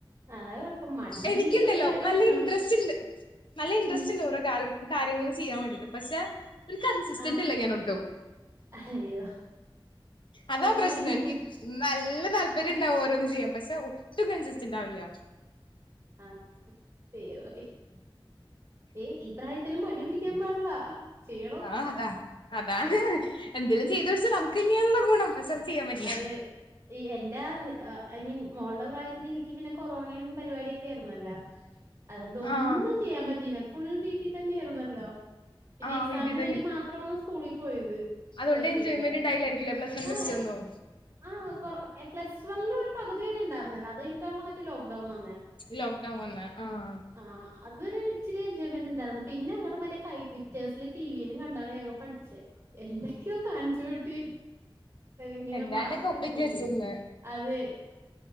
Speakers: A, on the right; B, on the left.
A: അതാ കുഴപ്പം. മടി
B: എനിക്കുണ്ടല്ലോ
A: ഒരു പ്രശ്നമാണ്.
B: നല്ല ഇൻട്രസ്റ്റ് ഇണ്ട് നല്ല ഇൻട്രസ്റ്റ്
A: ഉം.
B: ഇണ്ട് ഓരോ കാ കാര്യങ്ങള് ചെയ്യാൻ വേണ്ടിട്ട് പക്ഷെ ഒരു കൺസിസ്റ്റന്റ്
A: ആ
B: അല്ല ഞാൻ ഒട്ടും
A: അയ്യോ
B: അതാ
A: അതെന്തായിപ്പോയി.
B: പ്രശ്നം എനിക്ക് നല്ല താല്പര്യം ഇണ്ടാവും ഓരോന്നും ചെയ്യാംഅ പക്ഷെ ഒട്ടും കൺസിസ്റ്റന്റ് ആവില്ല
A: ആ ദൈവമേ ഈ പ്രായത്തിലും മടിപിടി ക്കാൻ പാടില്ല ചെയ്യണം.
B: ആഹ് അതാ അതാണ് എന്തേലും ചെയ്തടിച്ച് നമുക്കന്നയാണല്ലോ ഗുണം പക്ഷെ അത് ചെയ്യാൻ പറ്റില്ല
A: അതെ ഈ എന്റെ ഐ മീൻ മോൾട പ്രായത്തില് എനിക്ക് പിന്നെ കൊറോണയും പരിപാടിയൊക്കെ ആയ്ർന്നല്ല അതുകൊണ്ട് ഒന്നും
B: ആഹ്
A: ചെയ്യാൻ പറ്റിയില്ല ഫുൾ വീട്ടി തന്നെയാരുന്നല്ലോ പിന്നെ
B: ആഹ്
A: എക്സാമിന്
B: വീട്ടിൽ
A: വേണ്ടി മാത്രാണ് സ്കൂളിൽ പോയത്
B: അതൊണ്ട്
A: പ്ലസ്
B: എൻജോയ്മെന്റ്
A: ടുവിന്റെ
B: ഇണ്ടായില്ലാരിക്കും പ്ലസ് വൺ
A: ആ
B: പ്ലസ് ടു ഒന്നും
A: ആ കൊ പ്ലസ് വണ്ണിൽ ഒരു പകുതി വരെ ഇണ്ടായിരുന്നില്ലോ അത് ഇന്റേർണൽ മറ്റേ ലോക്ക്ഡൌൺ വന്നേ
B: ലോക് ഡൗൺ വന്നേ ആഹ്
A: ആഹ് അത് വരെ ഇച്ചിരി എൻജോയ്മെന്റ് ഇണ്ടായിരുന്നു പിന്നെ അങ്ങടെ മറ്റെ കയ് <unintelligible> ടിവിയിലും കണ്ടാണ് ഞങ്ങ പഠിച്ചെ എന്തൊക്കെയോ കാണിച്ചൂട്ടി ഇങ്ങനെ
B: എന്താണ്ടൊക്കെ
A: മാർക്കൊന്നും
B: ഒപ്പിച്ച്
A: ഇല്ലേ
B: വെച്ചിന്ന്
A: അതേ